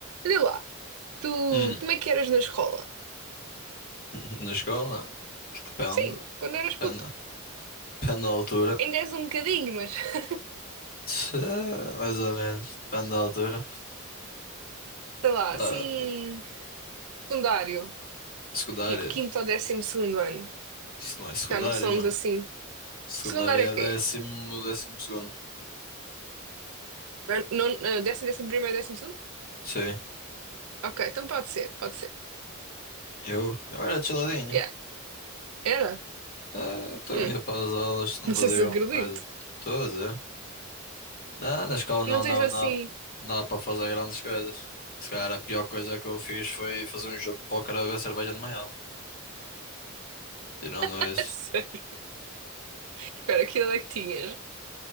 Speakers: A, on the right (about 85°); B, on the left (about 45°).
A: Olha lá, tu
B: Hum,
A: como é que eras na escola?
B: <laughs> na escola? Que depende.
A: Sim, quando eras puto.
B: Depende, depende da altura.
A: Ainda és um bocadinho, mas <laughs>
B: Tchê, Mais ou menos. Depende da altura.
A: sei lá,
B: Pá,
A: assim, secundário,
B: secundária.
A: tipo quinto ou décimo segundo ano.
B: Isso não é secundária,
A: Já não somos
B: mano.
A: assim.
B: Secundária
A: Secundário
B: é
A: é quê?
B: décimo, décimo segundo.
A: Não, não- eh, décimo, décimo primeiro, décimo segundo?
B: Sim.
A: Ok, então pode ser, pode ser.
B: Eu? Eu era chiladinho.
A: Yeah. Era?
B: Ah, então
A: Hum,
B: ia para as aulas,
A: <laughs>
B: não
A: não
B: fazia
A: sei se
B: grande
A: acredito.
B: coisa. Estou a dizer. Ah, na escola não
A: Não
B: andava
A: tens assim.
B: nada. Não dava para fazer grandes coisas. Se calhar a pior coisa que eu fiz foi fazer um jogo de póquer a ver cerveja de manhã. Tirando
A: <laughs>
B: isso.
A: Espera, aquilo é que tinhas.